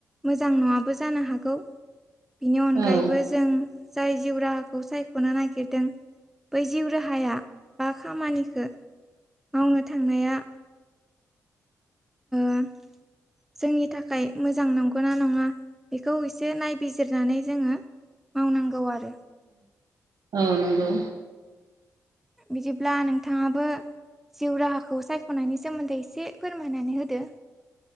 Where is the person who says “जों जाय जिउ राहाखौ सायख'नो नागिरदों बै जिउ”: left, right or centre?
Centre